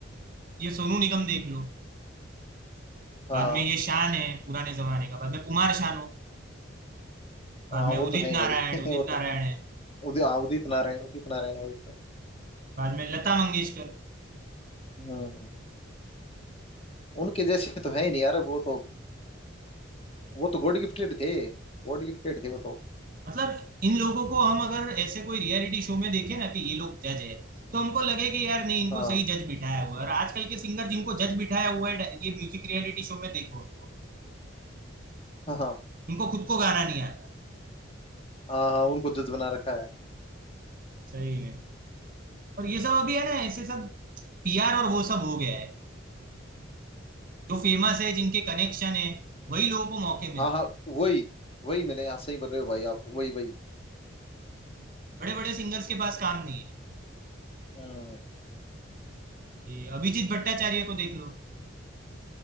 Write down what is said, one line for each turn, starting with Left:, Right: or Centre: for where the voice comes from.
Right: ये सोनू निगम देख लो
Left: हाँ
Right: बाद में ये शान है पुराने जमाने का बाद में कुमार शानू बाद
Left: हाँ
Right: में
Left: वो
Right: उदित
Left: तो है ही
Right: नारायण
Left: भाई <laughs>
Right: उदित
Left: वो
Right: नारायण
Left: तो
Right: है
Left: उदित हाँ उदित नारायण उदित नारायण वही थे
Right: बाद में लता मंगेशकर
Left: हम्म उनके जैसे तो है ही नहीं यार वो तो वो तो गॉड गिफ्टेड थे गॉड गिफ्टेड थे वो तो
Right: मतलब इन लोगों को हम अगर ऐसे कोई रियलिटी शो में देखे ना कि ये लोग जज है तो हमको लगे कि यार नहीं इनको
Left: हाँ
Right: सही जज बिठाया हुआ है और आजकल के सिंगर जिनको जज बिठाया हुआ है ये म्यूजिक रियलिटी शो में देखो उनको
Left: हाँ हाँ
Right: उनको खुद को गाना नहीं आता
Left: हाँ हाँ, उनको जज बना रखा है
Right: सही में और ये
Left: हम्म,
Right: सब अभी है ना ऐसे सब पीआर और वो सब हो गया है जो फेमस है जिनके कनेक्शन है वही लोगों को मौके मिलते
Left: हाँ हाँ
Right: हैं
Left: वही वही मैंने हाँ सही बोल रहे हो भाई आप वही वही
Right: बड़े बड़े सिंगर्स के पास काम नहीं है
Left: हम्म
Right: ये अभिजीत भट्टाचार्य को देख लो